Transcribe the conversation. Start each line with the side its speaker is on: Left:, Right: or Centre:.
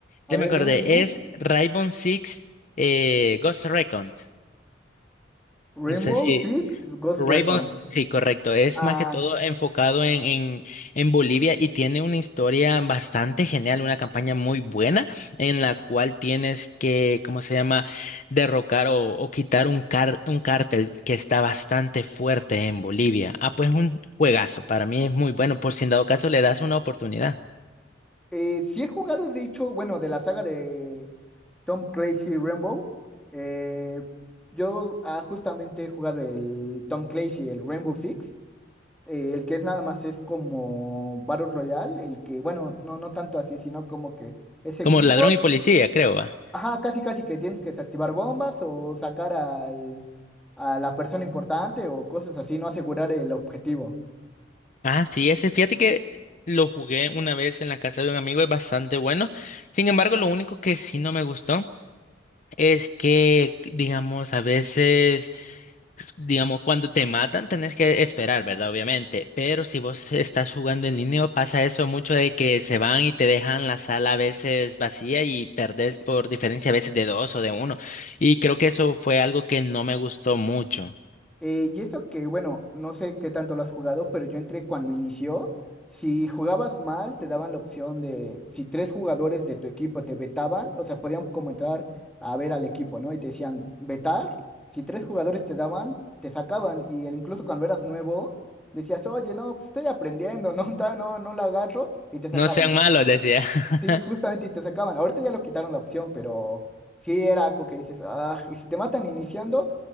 Centre: A
Left: ya
Centre: ver,
Left: me acordé,
Centre: dime, dime.
Left: es Rainbow Six eh, Ghost Recon,
Centre: Rainbow
Left: no sé si
Centre: Six Ghost
Left: Raybon,
Centre: Recon.
Left: sí, correcto. Es
Centre: Ah,
Left: más que todo enfocado en, en, en Bolivia y tiene una historia bastante genial, una campaña muy buena en la cual tienes que, ¿cómo se llama?, derrocar o, o quitar un, car- un cártel que está bastante fuerte en Bolivia. Ah, pues un juegazo, para mí es muy bueno, por si en dado caso le das una oportunidad.
Centre: eh, sí he jugado, de hecho, bueno, de la saga de Tom Clancy Rainbow. eh, yo ah, justamente he jugado el Tom Clancy, el Rainbow Six. eh, el que es nada más es como Battle Royale. El que, bueno, no, no tanto así, sino como que es equipos.
Left: Como ladrón y policía, creo, va.
Centre: Ajá, casi casi que tienes que desactivar bombas o sacar al, a la persona importante o cosas así, no asegurar el objetivo.
Left: Ah, sí, ese, fíjate que lo jugué una vez en la casa de un amigo, es bastante bueno. Sin embargo, lo único que sí no me gustó. Es que, digamos, a veces, digamos, cuando te matan tenés que esperar, ¿verdad? Obviamente, pero si vos estás jugando en línea pasa eso mucho de que se van y te dejan la sala a veces vacía y perdés por diferencia a veces de dos o de uno. Y creo que eso fue algo que no me gustó mucho.
Centre: Eh, y eso que, bueno, no sé qué tanto lo has jugado, pero yo entré cuando inició. Si jugabas mal, te daban la opción de, si tres jugadores de tu equipo te vetaban, o sea, podían como entrar a ver al equipo, ¿no? Y te decían, vetar, si tres jugadores te daban, te sacaban. Y el- incluso cuando eras nuevo, decías, oye, no, pues estoy aprendiendo, no, <laughs> todavía no, no la agarro, y te sacaban.
Left: No sean malos, decía.
Centre: Sí,
Left: <laughs>
Centre: justamente, y te sacaban. Ahorita ya lo quitaron la opción, pero sí era algo que dices, ah, y si te matan iniciando.